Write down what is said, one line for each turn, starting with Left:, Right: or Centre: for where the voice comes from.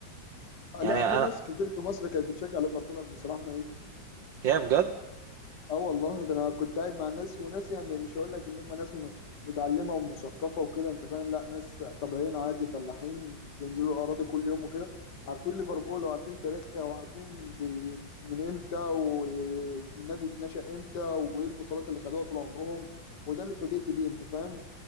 Right: يعني
Left: لا
Right: انا
Left: في ناس كتير في مصر كانت بتشجع ليفربول قبل صلاح ما يجي
Right: يا بجد
Left: اه والله ده انا كنت قاعد مع ناس وناس يعني مش هقول لك ان هم ناس م- متعلمه ومثقفه وكده انت فاهم لا ناس طبيعيين عادي فلاحين بينزلوا الاراضي كل يوم وكده عارفين ليفربول وعارفين تاريخها وعارفين بي- من امتى والنادي اتنشأ امتى وايه البطولات اللي خدوها طول عمرهم وده اللي اتفاجئت بيه انت فاهم